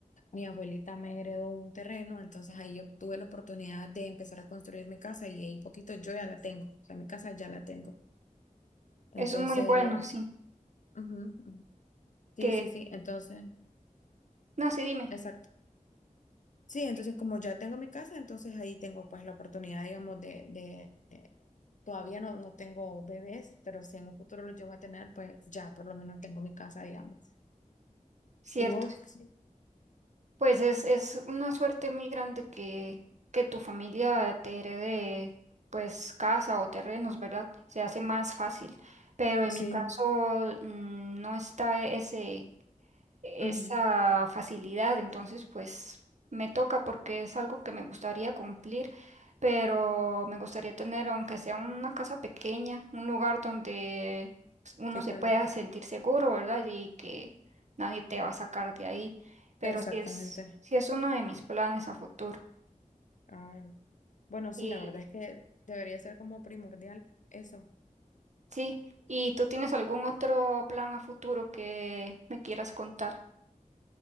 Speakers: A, on the left (about 65°); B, on the right (about 55°).
A: mi abuelita me heredó un terreno, entonces ahí yo tuve la oportunidad de empezar a construir mi casa y ahí poquito yo ya la tengo. O sea, mi casa ya la tengo. Entonces,
B: Eso es muy bueno,
A: lo...
B: sí.
A: Ujú, ujú. Sí,
B: Que,
A: sí, sí. Entonces,
B: no, sí, dime,
A: Exacto. Sí, entonces como ya tengo mi casa, entonces ahí tengo pues la oportunidad, digamos, de, de, de- todavía no, no tengo bebés, pero si en un futuro los llego a tener, pues ya por lo menos tengo mi casa, digamos.
B: ¿cierto?
A: ¿Y vos? Sí.
B: Pues es, es una suerte muy grande que, que tu familia te herede pues casa o terrenos, ¿verdad? Se hace más fácil. Pero en
A: Sí,
B: mi caso mm, no está ese, esa
A: ujú,
B: facilidad, entonces pues me toca porque es algo que me gustaría cumplir, pero me gustaría tener, aunque sea una casa pequeña, un lugar donde pues, uno
A: sí,
B: se
A: claro.
B: pueda sentir seguro, ¿verdad? Y que nadie te va a sacar de ahí, pero
A: Exactamente.
B: sí es, sí es uno de mis planes a futuro.
A: Ay. Bueno, sí,
B: Y
A: la verdad es que debería ser como primordial eso.
B: sí, ¿y tú tienes algún otro plan a futuro que me quieras contar?